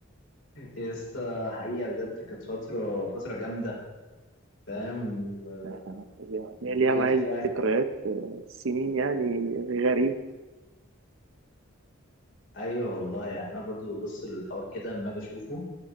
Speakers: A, on the left; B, on the right.
A: يا اسطى حقيقه بجد كانت فتره فتره جامده فاهم و-
B: آه،
A: والدنيا
B: يعني ليها معايا
A: فيها
B: ذكريات آه، سنين يعني غريب
A: ايوه والله يعني انا برضو ببص للحوار كده اما اجي اشوفه